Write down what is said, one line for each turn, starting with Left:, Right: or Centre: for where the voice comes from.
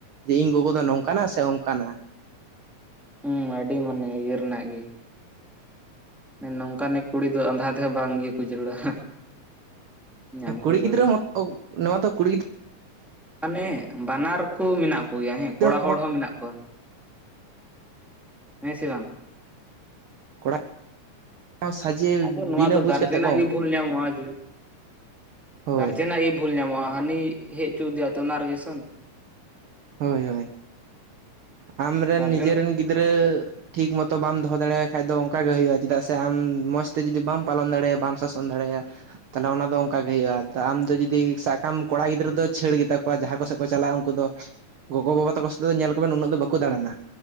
Right: ᱡᱮ ᱤᱧ ᱜᱚᱜᱚ ᱫᱚ ᱱᱚᱝᱠᱟᱱᱟ ᱥᱮ ᱚᱱᱠᱟᱱᱟ?
Centre: ᱦᱩᱸ ᱟᱹᱰᱤ ᱢᱟᱱᱮ ᱤᱭᱟᱹ ᱨᱮᱱᱟᱜ ᱜᱮ ᱱᱚᱝᱠᱟᱱᱤᱡ ᱠᱩᱲᱤ ᱫᱚ ᱟᱸᱫᱷᱟ ᱛᱮᱦᱚᱸ ᱵᱟᱝ ᱤᱭᱟᱹ ᱠᱚ ᱡᱟᱹᱨᱩᱲᱟ᱾ ᱧᱟᱢ
Right: ᱦᱮᱸ ᱠᱩᱲᱤ
Centre: ᱠᱚ ᱡᱟᱹᱨᱩᱲᱟ
Right: ᱜᱤᱫᱽᱨᱟᱹ ᱢᱚᱛᱚ ᱱᱚᱣᱟ ᱫᱚ ᱠᱩᱲᱤ ᱜᱤᱫᱽᱨᱟᱹ
Centre: ᱢᱟᱱᱮ ᱵᱟᱱᱟᱨ ᱠᱚ ᱢᱮᱱᱟᱜ ᱠᱚᱜᱮᱭᱟ ᱦᱮᱸ ᱠᱚᱲᱟ
Right: ᱜᱤᱫᱽᱨᱟᱹ
Centre: ᱦᱚᱲ ᱦᱚᱸ ᱢᱮᱱᱟᱜ ᱠᱚᱣᱟ᱾ ᱦᱮ ᱥᱮ ᱵᱟᱝ?
Right: ᱠᱚᱲᱟ ᱠᱚ ᱥᱟᱡᱼᱼ
Centre: ᱟᱫᱚ ᱱᱚᱣᱟ
Right: ᱵᱤᱱᱟᱹ
Centre: ᱫᱚ
Right: ᱵᱩᱡ
Centre: ᱜᱟᱨᱡᱮᱱᱟᱜ
Right: ᱠᱟᱛᱮ
Centre: ᱜᱮ ᱵᱷᱩᱞ ᱧᱟᱢᱚᱜᱼᱟ ᱡᱮ
Right: ᱦᱳᱭ
Centre: ᱜᱟᱨᱡᱮᱱᱟᱜ ᱜᱮ ᱵᱷᱩᱞ ᱧᱟᱢᱚᱜᱼᱟ ᱦᱟᱹᱱᱤ ᱦᱮᱡ ᱦᱚᱪᱚ ᱟᱫᱮᱭᱟ ᱛᱚ ᱚᱱᱟ ᱨᱮᱜᱮ ᱥᱮᱱ
Right: ᱦᱳᱭ ᱦᱳᱭ ᱟᱢᱨᱮᱱ
Centre: ᱜᱟᱨᱡᱮᱱ
Right: ᱱᱤᱡᱮᱨᱮᱱ ᱜᱤᱫᱽᱨᱟᱹ ᱴᱷᱤᱠ ᱢᱚᱛᱚ ᱵᱟᱢ ᱫᱚᱦᱚᱟᱲᱮᱭᱟᱭ ᱠᱷᱟᱡ ᱫᱚ ᱚᱱᱠᱟ ᱜᱮ ᱦᱩᱭᱩᱜ-ᱟ ᱪᱮᱫᱟᱜ ᱥᱮ ᱟᱢ ᱢᱚᱸᱡᱽ ᱛᱮ ᱡᱩᱫᱤ ᱵᱟᱢ ᱯᱟᱞᱚᱱ ᱫᱟᱲᱮᱭᱟ ᱵᱟᱢ ᱥᱟᱥᱚᱱ ᱚᱱ ᱫᱟᱲᱮᱭᱟ-ᱜ ᱛᱟᱦᱚᱞᱮ ᱚᱱᱟ ᱫᱚ ᱚᱱᱠᱟ ᱜᱮ ᱦᱩᱭᱩᱜᱼᱟ ᱟᱢ ᱫᱚ ᱡᱩᱫᱤ ᱥᱟᱵᱠᱟᱢ ᱠᱚᱲᱟ ᱜᱤᱫᱽᱨᱟᱹ ᱫᱚ ᱪᱷᱟᱹᱲ ᱜᱮᱛᱟ ᱠᱚᱣᱟ ᱡᱟᱦᱟᱸ ᱠᱚ ᱥᱮᱜ ᱠᱚ ᱪᱟᱞᱟᱜ-ᱟ ᱩᱱᱠᱩ ᱫᱚ ᱜᱚᱜᱚ, ᱵᱟᱵᱟ ᱛᱟᱠᱚ ᱥᱟᱛᱮᱫ ᱫᱚ ᱧᱮᱞ ᱠᱚᱵᱮᱱ ᱱᱩᱱᱟᱹᱜ ᱫᱚ ᱵᱟᱠᱚ ᱫᱟᱬᱟᱱᱟ।